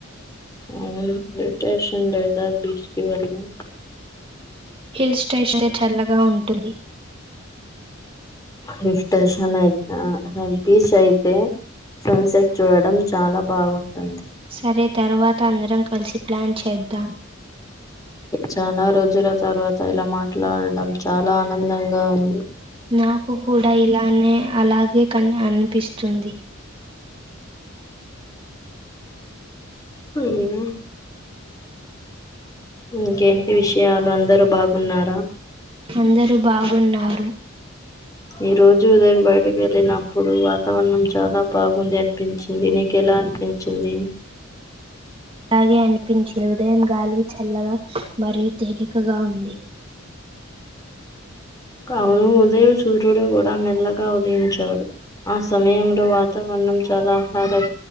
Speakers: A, on the left (about 15°); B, on the right (about 25°).
A: అవును <unintelligible> లేద బీచ్కి వెళ్దాం.
B: హిల్ స్టేషన్ చల్లగా ఉంటది.
A: హీల్ స్టేషన్ నా బీచ్ అయితే సన్ సెట్ చూడడం చాలా బాగుంటుంది.
B: సరే తర్వాత అందరం కలిసి ప్లాన్ చేద్దాం.
A: చాలా రోజుల తర్వాత ఇలా మాట్లాడడంం చాలా ఆనందంగా ఉంది.
B: నాకు కూడా ఇలానే అలాగే కానీ అనిపిస్తుంది.
A: హ్మ్ ఇంకేంటి విషయాలు అందరూ బాగున్నారు.
B: అందరూ బాగున్నారు.
A: ఈ రోజు ఉదయం బయటకి వెళ్ళినప్పుడు వాతావరణం చాలా బాగుంది అనిపించింది. నీకెలా అనిపించింది.
B: బాగే అనిపించింది బాగెనిపించింది ఉదయం గాలి చల్లగా మరియు తేలికగా ఉంది.
A: అవును, ఉదయం సూర్యుడు కూడా మెల్లగా ఉదయించాడు. ఆ సమయంలో వాతావరణం చాలా అ